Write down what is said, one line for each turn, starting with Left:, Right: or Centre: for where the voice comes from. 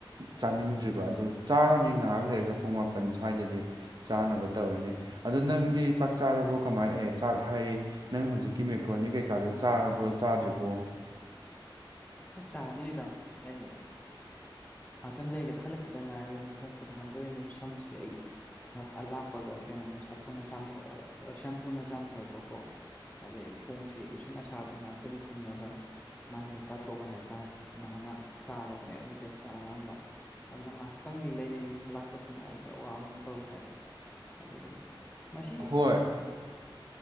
Right: ꯆꯥꯅꯤꯡꯗ꯭ꯔꯤꯕ ꯑꯗꯨ ꯆꯥꯔꯅꯤ ꯉꯥꯏꯍꯥꯛ ꯂꯩꯔꯒ ꯄꯨꯡ ꯃꯥꯄꯟ ꯁ꯭ꯋꯥꯏꯗꯗꯤ ꯆꯥꯅꯕ ꯇꯧꯔꯅꯤ ꯑꯗꯣ ꯅꯪꯗꯤ ꯆꯥꯛ ꯆꯥꯔꯕ꯭ꯔꯣ ꯀꯃꯥꯏꯅ ꯑꯦ ꯆꯥꯛ ꯍꯥꯏꯔꯦ ꯅꯪ ꯍꯧꯖꯤꯛꯀꯤ ꯃꯦꯀ꯭ꯔꯣꯅꯤ ꯀꯩꯀꯥꯗꯨ ꯆꯥꯔꯕ꯭ꯔꯣ ꯆꯥꯗ꯭ꯔꯤꯕ꯭ꯔꯣ
Left: ꯆꯥꯗ꯭ꯔꯤꯗ ꯑꯩ ꯉꯥꯛꯇꯪ ꯂꯩꯒꯦꯅ ꯍꯜꯂꯛꯄꯗ ꯉꯥꯏꯔꯤ ꯈꯣꯡ ꯈꯨꯠ ꯍꯥꯝꯗꯣꯛꯢꯅꯦ ꯁꯝꯁꯦ ꯑꯩ ꯂꯥꯛꯄꯒ ꯀꯩꯅꯣꯅ ꯁꯥꯄꯨꯅ ꯆꯥꯝꯊꯣꯛꯑꯦ ꯁꯦꯝꯄꯄꯨꯅ ꯆꯥꯝꯊꯣꯛꯑꯦꯕꯀꯣ ꯑꯗꯩ ꯈꯣꯡꯁꯤ ꯏꯁꯤꯡ ꯑꯁꯥꯕꯗ ꯉꯥꯏꯍꯥꯛꯇꯪ ꯇꯤꯡꯉꯒ ꯃꯥꯢ ꯃꯤꯠ ꯇꯥꯊꯣꯛꯑꯒ ꯍꯥꯏꯇꯥꯔꯦ ꯅꯥꯟꯅ ꯆꯥꯕꯅꯦꯕ ꯀꯩ ꯆꯥꯔꯀꯥꯟꯗ ꯑꯗꯨꯅ ꯉꯥꯏꯍꯥꯛꯇꯪꯗꯤ ꯂꯩꯈꯤꯅꯤ ꯂꯥꯛꯄ ꯁꯨꯃꯥꯢꯅ ꯈꯔ ꯋꯥꯒꯨꯝ ꯇꯧꯏ ꯍꯥꯏꯅ ꯑꯗꯨꯒꯤ ꯃꯁꯤ
Right: ꯍꯣꯏ